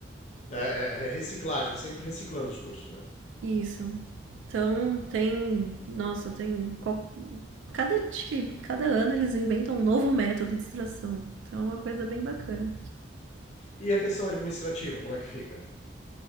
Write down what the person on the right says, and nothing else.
e isso. Então, tem, nossa, tem qual- cada, acho que cada ano eles inventam um novo método de extração. Então é uma coisa bem bacana.